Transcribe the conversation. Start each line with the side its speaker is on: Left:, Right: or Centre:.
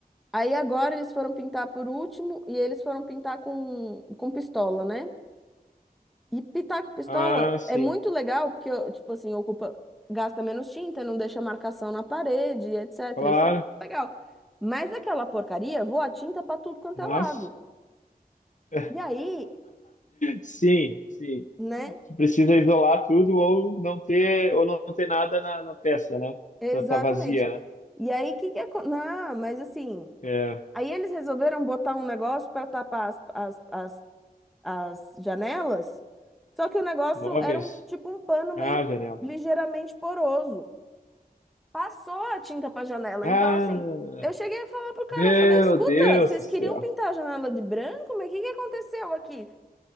Centre: aí agora eles foram pintar por último, e eles foram pintar com, com pistola, né? E pintar com pistola
Left: ah, sim,
Centre: é muito legal, porque, tipo assim, ocupa, gasta menos tinta, não deixa marcação na parede, etc.
Left: claro,
Centre: Isso é muito legal. Mas aquela porcaria voa tinta pra tudo quanto
Left: mas.
Centre: é lado.
Left: <laughs>
Centre: E aí,
Left: Sim, sim.
Centre: né?
Left: Você precisa isolar tudo ou não ter ou não ter nada na, na peça, né?
Centre: Exatamente.
Left: Tá, tá vazia, né?
Centre: E aí, que que é... Não, mas assim,
Left: É,
Centre: aí eles resolveram botar um negócio para tapar as, as, as, as janelas, só que o negócio
Left: móveis.
Centre: era um tipo um pano meio
Left: Ah, janela.
Centre: ligeiramente poroso. Passou a tinta para janela.
Left: Ah,
Centre: Então, assim, eu cheguei a falar pro cara,
Left: meu
Centre: eu falei, escuta,
Left: Deus
Centre: vocês
Left: do céu.
Centre: queriam pintar a janela de branco, mas o que que aconteceu aqui?